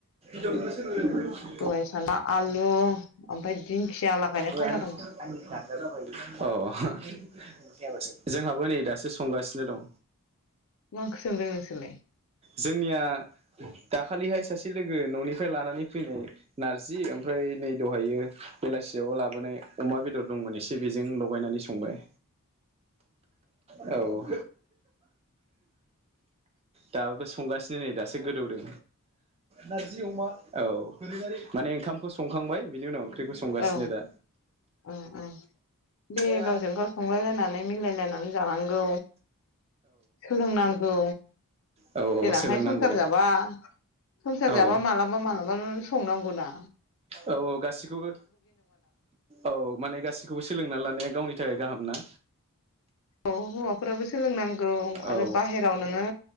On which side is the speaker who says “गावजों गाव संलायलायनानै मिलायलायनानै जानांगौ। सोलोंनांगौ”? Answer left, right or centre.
Left